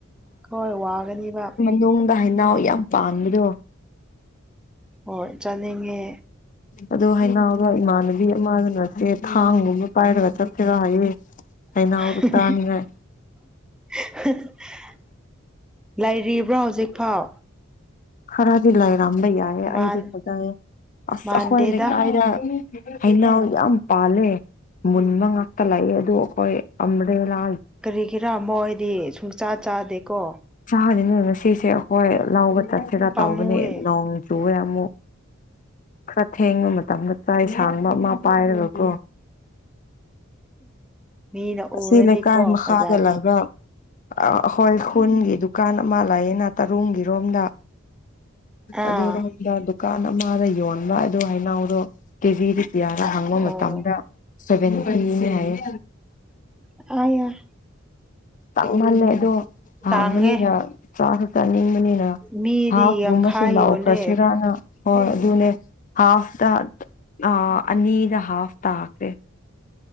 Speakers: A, in the centre; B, on the left.
A: ꯈꯣꯏ ꯋꯥꯒꯅꯤꯕ
B: ꯅꯨꯡꯗ ꯍꯩꯅꯥꯎ ꯌꯥꯝ ꯄꯥꯟꯕꯗꯣ
A: ꯍꯣꯏ ꯆꯥꯅꯤꯡꯉꯦ
B: ꯑꯗꯣ ꯍꯩꯅꯥꯎꯗꯣ ꯏꯃꯥꯟꯅꯕꯤ ꯑꯃꯗ ꯅꯠꯇꯦ ꯊꯥꯡꯒꯨꯝꯕ ꯄꯥꯏꯔꯒ ꯆꯠꯁꯤꯔꯥ ꯍꯥꯏꯌꯦ
A: <inaudible>
B: ꯍꯩꯅꯧꯗꯣ ꯆꯥꯅꯤꯡꯉꯥꯏ
A: ꯂꯩꯔꯤꯕ꯭ꯔꯣ ꯍꯧꯖꯤꯛꯐꯥꯎ
B: ꯈꯔꯗꯤ ꯂꯥꯏꯔꯝꯕ ꯌꯥꯏꯌꯦ
A: ꯃꯥꯟ
B: ꯑꯩꯗꯤ ꯐꯖꯩ ꯑꯁ
A: ꯃꯥꯟꯗꯦꯗ
B: ꯑꯩꯈ꯭ꯣꯏ ꯂꯩꯀꯥꯏꯗ ꯍꯅꯥꯎ ꯌꯥꯝ ꯄꯥꯜꯂꯦ ꯃꯨꯟꯕ ꯉꯥꯛꯇ ꯂꯥꯛꯑꯦ ꯑꯗꯨꯣ ꯑꯩꯈꯣꯏ ꯑꯝꯕ꯭ꯔꯦꯂꯥ
A: ꯀꯔꯤꯒꯤꯔꯥ ꯃꯣꯏꯗꯤ ꯁꯨꯡꯆꯥ ꯆꯥꯗꯦꯀꯣ
B: ꯆꯥꯕꯅꯤꯅ ꯉꯁꯤꯁꯦ ꯑꯩꯈꯣꯏ ꯂꯧꯕ ꯆꯠꯁꯤꯔꯥ
A: ꯄꯥꯝꯃꯨꯌꯦ
B: ꯇꯧꯕꯅꯦ ꯅꯣꯡ ꯆꯨꯋꯦ ꯑꯃꯨꯛ ꯈꯔ ꯊꯦꯡꯕ ꯃꯇꯝꯗ ꯆꯩ ꯁꯥꯡꯕ ꯑꯃ ꯄꯥꯏꯔꯒꯀꯣ
A: ꯃꯤꯅ
B: ꯑꯁꯤ
A: ꯎꯔꯗꯤꯀꯣ
B: ꯂꯩꯀꯥꯏ ꯃꯈꯥꯗ
A: ꯐꯖꯅꯤ
B: ꯂꯩꯕ ꯑꯩꯈꯣꯏ ꯈꯨꯟꯒꯤ ꯗꯨꯀꯥꯟ ꯑꯃ ꯂꯩꯌꯦꯅ ꯇꯔꯨꯡꯒꯤꯔꯣꯝꯗ
A: ꯑꯥ
B: ꯑꯗꯨꯔꯣꯝꯗ ꯗꯨꯀꯥꯟ ꯑꯃꯗ ꯌꯣꯟꯕ ꯑꯗꯨ ꯍꯩꯅꯧꯗꯣ ꯀꯦꯖꯤꯗ ꯀꯌꯥꯔꯥ ꯍꯪꯕ
A: ꯑꯣ
B: ꯃꯇꯝꯗ ꯁꯚꯦꯟꯇꯤꯅꯦ ꯍꯥꯏꯌꯦ
A: <unintelligible>
B: ꯇꯥꯡꯃꯜꯂꯦ ꯑꯗꯣ ꯍꯥꯡꯕꯅꯤꯅ
A: ꯇꯥꯡꯉꯦ
B: ꯆꯥꯁꯨ ꯆꯥꯅꯤꯡꯕꯅꯤꯅ
A: ꯃꯤꯗꯤ
B: ꯍꯥꯐꯒꯨꯝꯕꯁꯨ
A: ꯌꯥꯡꯈꯥꯏ
B: ꯂꯥꯎꯈ꯭ꯔꯁꯤꯔꯥꯅ
A: ꯌꯣꯜꯂꯦ
B: ꯍꯣꯏ ꯑꯗꯨꯅꯦ ꯍꯥꯐꯇ ꯑ ꯑꯅꯤꯗ ꯍꯥꯐ ꯇꯥꯈ꯭ꯔꯦ